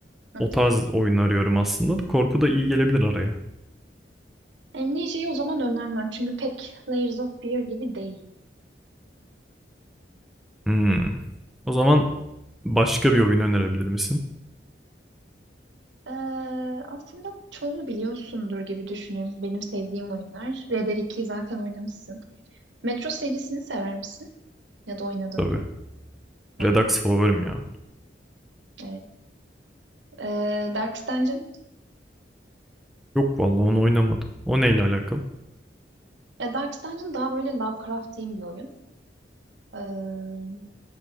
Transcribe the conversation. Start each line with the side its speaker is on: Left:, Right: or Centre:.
Right: Hı.
Centre: O tarz oyun arıyorum aslında. Korku da iyi gelebilir araya.
Right: Amnesia'yı o zaman önermem çünkü pek Layers of Fear gibi değil.
Centre: Hmm. O zaman başka bir oyun önerebilir misin?
Right: Ee, aslında çoğunu biliyorsundur gibi düşünüyorum. Benim sevdiğim oyunlar. Red Dead 2'yi zaten oynamışsın. Metro serisini sever misin? Ya da oynadın
Centre: Tabii.
Right: mı? Hı.
Centre: Redux favorim ya.
Right: Evet. Ee, Darkest Dungeon
Centre: Yok vallahi onu oynamadım. O neyle alakalı?
Right: Ya Dark Dungeon daha böyle Lovecraft'in bir oyun. Ee,